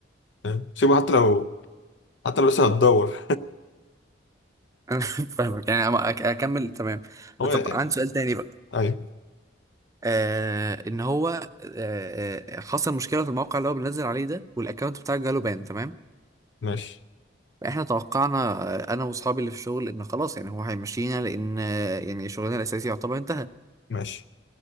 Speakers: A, on the left; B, on the right.
A: فاهم؟ سيبه حتى لو حتى لو لسه هتدور
B: انا <laughs> فاهمك يعني أما أك- اكمل تمام
A: هو يعني-
B: طب عندي سؤال تاني بقى
A: ايوه
B: آه ان هو آه آه، حصل مشكله في الموقع اللي هو بنزل عليه ده والاكونت بتاعك جاله بان تمام
A: ماشي
B: احنا توقعنا آه، انا واصحابي اللي في الشغل ان خلاص يعني هو هيمشينا لان آه، يعني شغلنا الاساسي يعتبر انتهى
A: ماشي